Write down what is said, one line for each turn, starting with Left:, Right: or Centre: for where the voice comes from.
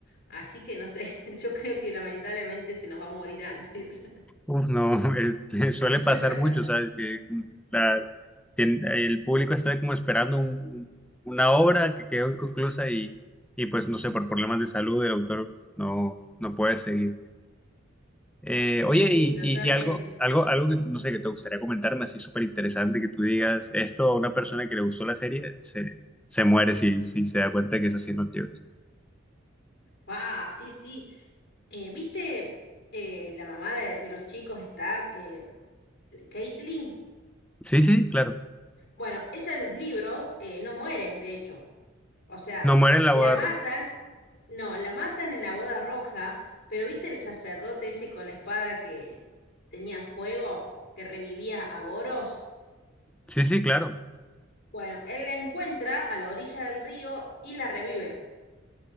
Left: así que no sé, <laughs> yo creo que lamentablemente se nos va a morir antes.
Centre: Uf, no, <laughs> eh, suele
Left: <laughs>
Centre: pasar mucho, ¿sabes? Que la- tien- el público está como esperando un- una obra que quedó inconclusa y, y pues no sé, por problemas de salud el autor no, no puede seguir. Eh, oye,
Left: Sí,
Centre: y,
Left: totalmente.
Centre: y- y algo, algo, algo que no sé, que te gustaría comentarme así súper interesante, que tú digas, esto a una persona que le gustó la serie se, se muere si, si se da cuenta que es así en los libros.
Left: Ah, sí, sí. Eh, ¿viste eh, la mamá de, de los chicos Stark, eh, Caitlyn?
Centre: Sí, sí, claro.
Left: Bueno, ella en los libros eh, no muere, de hecho. O sea,
Centre: No muere en la
Left: la
Centre: boda
Left: matan,
Centre: roja.
Left: no, la matan en la boda roja, pero ¿viste el sacerdote ese con la espada que tenía fuego, que revivía a Boros?
Centre: Sí, sí, claro.
Left: Bueno, él la encuentra a la orilla del río y la revive.